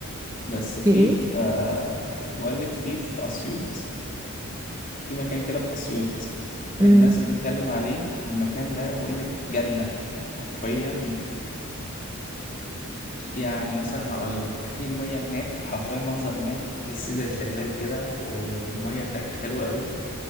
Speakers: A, on the left; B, on the right.
A: بس في
B: في ايه؟
A: في آه، بقول لك في في اسيوط في مكان كده في اسيوط
B: مم.
A: الناس بتتكلم عليه المكان ده بقول لك جنه حرفيا يعني مثلا هقول لك في المية هناك حرفيا المنظر هناك تحسيه زي شلال كده والمية هناك حلوة قوي